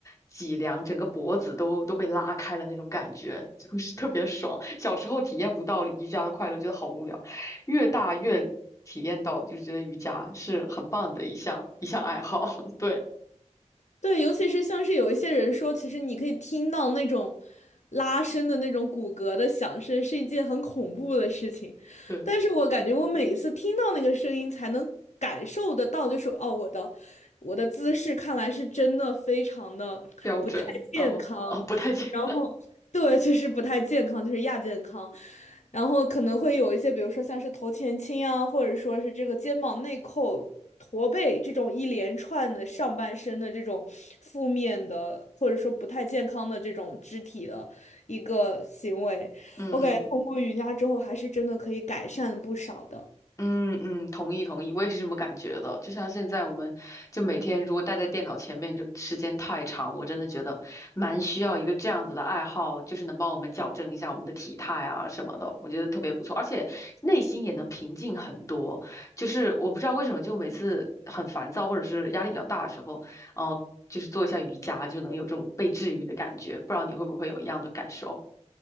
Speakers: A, on the left; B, on the left.
A: 脊梁、整个脖子都都被拉开了那种感觉，<laughs> 就是特别爽。小时候体验不到瑜伽的快乐，觉得好无聊，越大越体验到，就是觉得瑜伽是很棒的一项一项爱好。<laughs> 对
B: 对，尤其是像是有一些人说，其实你可以听到那种拉伸的那种骨骼的响声，是一件很恐怖的事情。
A: 对，
B: 但是我感觉我每一次听到那个声音，
A: 嗯
B: 才能感受得到，就是哦，我的我的姿势看来是真的非常的不太健康，
A: 标准哦哦，不太健，
B: 然后
A: <laughs>
B: <laughs> 对，就是不太健康，就是亚健康，然后可能会有一些，比如说像是头前倾啊，或者说是这个肩膀内扣、驼背这种一连串的上半身的这种负面的，或者说不太健康的这种肢体的一个行为。
A: 嗯嗯。
B: 我感觉通过瑜伽之后，还是真的可以改善不少的。
A: 嗯嗯，同意同意，我也是这么感觉的。就像现在，我们就每天如果待在电脑前面，就时间太长，我真的觉得蛮需要一个这样子的爱好，就是能帮我们矫正一下我们的体态啊什么的，我觉得特别不错，而且内心也能平静很多。就是我不知道为什么，就每次很烦躁或者是压力比较大的时候，哦、就是做一下瑜伽就能有这种被治愈的感觉。不知道你会不会有一样的感受？